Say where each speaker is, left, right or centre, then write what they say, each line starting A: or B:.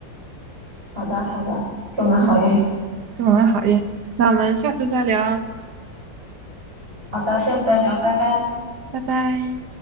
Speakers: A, on the right; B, on the right.
A: 好的好的，祝我们好运。
B: 嗯，祝我们好运。那我们下次再聊，
A: 好的，下次再聊，拜拜。
B: 拜拜。